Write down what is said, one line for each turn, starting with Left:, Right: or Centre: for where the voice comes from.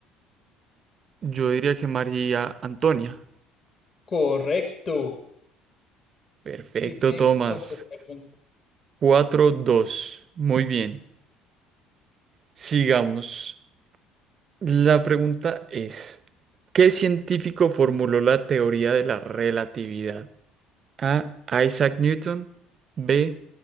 Right: Yo diría que María Antonia.
Left: Correcto.
Right: Perfecto,
Left: Sigue
Right: Tomás.
Left: con tu pregunta.
Right: cuatro dos Muy bien. Sigamos. La pregunta es, ¿qué científico formuló la teoría de la relatividad? A. Isaac Newton. B.